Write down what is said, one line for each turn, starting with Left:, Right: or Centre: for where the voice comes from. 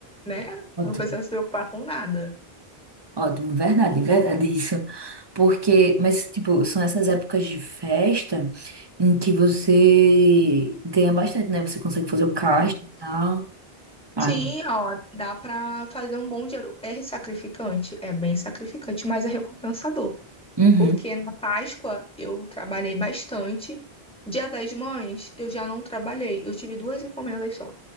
Centre: né?
Right: ótimo,
Centre: Não precisa se preocupar com nada.
Right: ótimo, verdade, verdade isso. Porque, mas, tipo, são essas épocas de festa em que você ganha bastante, né? Você consegue fazer o caixa e tal. Ah,
Centre: Sim, ó, dá pra fazer um bom dinheiro. É sacrificante, é bem sacrificante, mas é recompensador.
Right: uhum,
Centre: Porque na Páscoa eu trabalhei bastante. Dia das Mães eu já não trabalhei. Eu tive duas encomendas só,